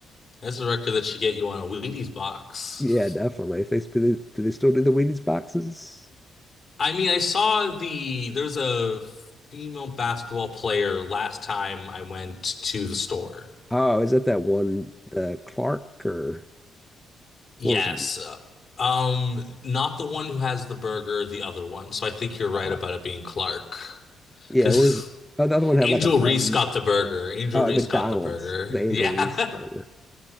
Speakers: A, on the left (about 55°); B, in the centre.
A: That's a record that should get you on a Wheaties box.
B: Yeah, definitely. If they, do they, do they still do the Wheaties boxes?
A: I mean, I saw the there was a female basketball player last time I went to the store.
B: Oh, is that that one, the Clark or
A: Yes.
B: what was her?
A: Um, not the one who has the burger, the other one. So I think you're right
B: Uh,
A: about it being Clark.
B: yeah,
A: Because
B: what is oh, the
A: <laughs>
B: other one had
A: Angel
B: like a Marty
A: Reese got the burger. Angel
B: Oh,
A: Reese
B: at McDonald's,
A: got the burger.
B: the Angel
A: <laughs> Yeah.
B: Reese burger.